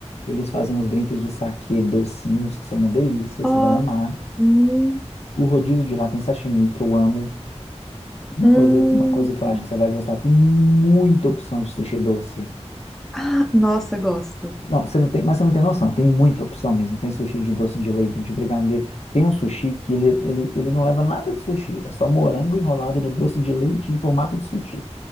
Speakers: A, on the left; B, in the centre.
A: Eles fazem os drinks de saquê docinhos, que são uma delícia,
B: Ó,
A: você vai amar.
B: hum,
A: O rodízio de lá tem sashimi, que eu amo. Uma
B: hum.
A: coisa, uma coisa que eu acho que você vai gostar, tem muita opção de sushi doce.
B: Ah, nossa, gosto.
A: Não, você não tem, mas você não tem noção. Tem muita opção mesmo. Tem sushi de doce de leite, de brigadeiro. Tem um sushi que ele, ele, ele não leva nada de sushi. É só morango enrolado no doce de leite em formato de sushi.